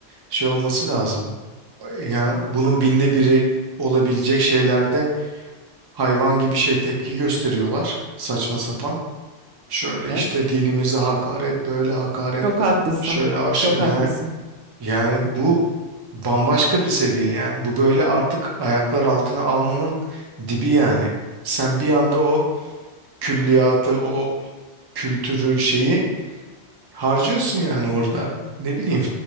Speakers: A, on the right; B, on the right.
A: şey olması lazım. Yani bunun binde biri olabilecek şeylerde hayvan gibi şey tepki gösteriyorlar saçma sapan. Şöyle
B: Evet.
A: işte dinimize hakaret, böyle hakaret,
B: Çok haklısın.
A: şöyle aşağı
B: Çok
A: yani
B: haklısın.
A: Yani bu bambaşka bir seviye yani bu böyle artık ayaklar altına almanın dibi yani. Sen bir anda o külliyatı, o kültürü şeyi harcıyorsun yani orada. Ne bileyim